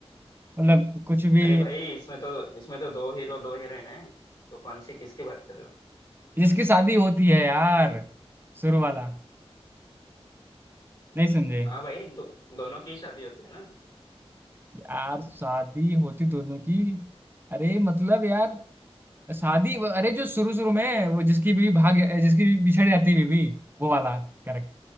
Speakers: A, on the right; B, on the left.
A: मतलब कुछ भी
B: अरे भाई इसमें तो इसमें तो दो हीरो दो हीरोइन है तो कौन सी किसकी बात कर रहे हो
A: जिसकी शादी होती है यार शुरू वाला नहीं समझे
B: हाँ भाई दो, दोनों की शादी होती है ना
A: यार शादी होती दोनों की अरे मतलब यार शादी अरे जो शुरू शुरू में वो जिसकी भी भाग जिसकी भी बिछड़ जाती बीवी वो वाला करेक्ट